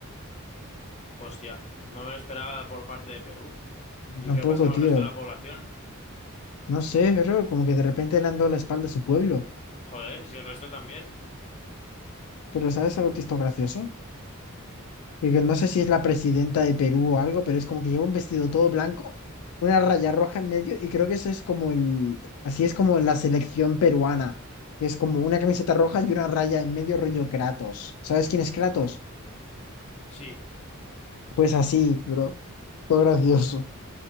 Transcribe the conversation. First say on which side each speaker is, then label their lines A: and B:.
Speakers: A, on the left; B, on the left.
A: Hostia, no me lo esperaba por parte de Perú.
B: Yo
A: ¿Y
B: tampoco,
A: qué pasa con
B: tío.
A: el resto de la población?
B: No sé, pero como que de repente le han dado la espalda a su pueblo.
A: Joder, si el resto también.
B: Pero ¿sabes algo que es gracioso? que que no sé si es la presidenta de Perú o algo, pero es como que lleva un vestido todo blanco, una raya roja en medio, y creo que eso es como el, así es como la selección peruana, que es como una camiseta roja y una raya en medio rollo Kratos. ¿Sabes quién es Kratos?
A: Sí.
B: Pues así, bro, todo gracioso.